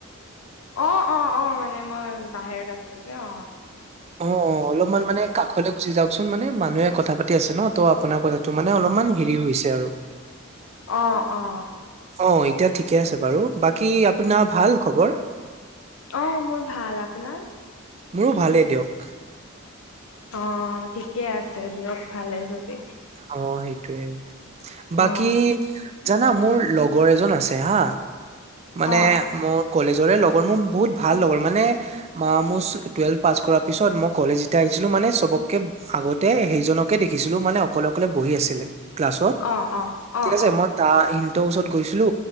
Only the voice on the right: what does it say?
অ অলপমান মানে কাষলৈ গুচি যাওকচোন মানে মানুহে কথা পাতি আছে ন ত আপোনাৰ কথাটো মানে অলপমান হেৰি হৈছে আৰু।
অ এতিয়া ঠিকে আছে বাৰু বাকী আপোনাৰ ভাল খবৰ
মোৰো ভালেই দিয়ক
অ সেইটোয়ে বাকী
জানা মোৰ লগৰ এজন আছে হা মানে
মোৰ কলেজৰে লগৰ মোৰ বহুত ভাল লগৰ মানে ম মোৰ টুৱেলভ পাছ কৰাৰ পিছত মই কলেজ যেতিয়া ছিলো মানে চবককে আগতে সেইজনকে দেখিছিলো মানে অকলে অকলে বহি আছিলে। ক্লাছত
ঠিক আছে
মই তাৰটোৰ ওচৰত গৈছিলো